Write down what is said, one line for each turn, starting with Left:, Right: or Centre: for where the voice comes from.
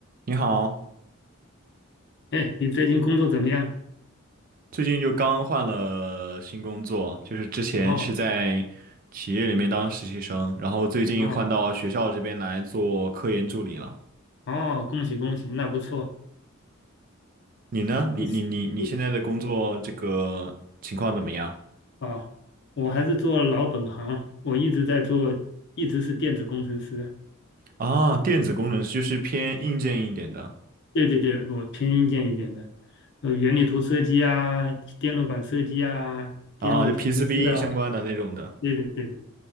Right: 你好，
Left: 哎，你最近工作怎么样？
Right: 最近就刚换了新工作，就是之前是在企业里面当实习生，
Left: 哦
Right: 然后最近换到学校这边来做科研助理了。
Left: 哦哦，恭喜恭喜，那不错。
Right: 你呢？
Left: 你是你
Right: 你你你你现在的工作这个情况怎么样？
Left: 啊，我还是做老本行，我一直在做，一直是电子工程师。
Right: 啊，电子工程师就是偏硬件一点的，
Left: 对对对，我偏硬件一点的，呃，原理图设计啊，电路板设计啊，电路调试啊。
Right: 啊，就 PCB 相关的那种的。
Left: 对对对对，